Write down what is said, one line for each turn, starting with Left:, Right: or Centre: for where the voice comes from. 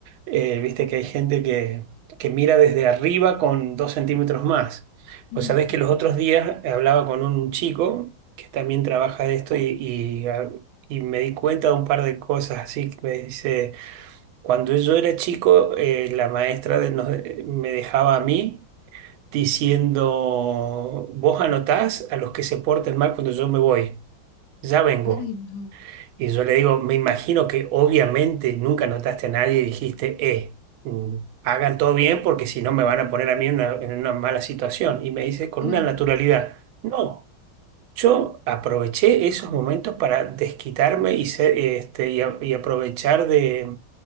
Right: Eh, ¿viste? Que hay gente que, que mira desde arriba con dos centímetros más. Pues
Left: ay,
Right: sabés
Left: sí,
Right: que los
Left: total.
Right: otros días hablaba con un chico que también trabaja de esto y, y, ah, y me di cuenta de un par de cosas así que me dice, cuando yo era chico, eh, la maestra de- nos- me dejaba a mí diciendo, vos anotás a los que se porten mal cuando yo me voy, ya vengo.
Left: Ay, no,
Right: Y yo le digo, me imagino que obviamente nunca anotaste a nadie y dijiste, eh, mm, hagan todo bien porque si no me van a poner a mí en una, en una mala situación. Y me dice con
Left: claro.
Right: una naturalidad, no, yo aproveché esos momentos para desquitarme y, ser, este, y, a- y aprovechar de,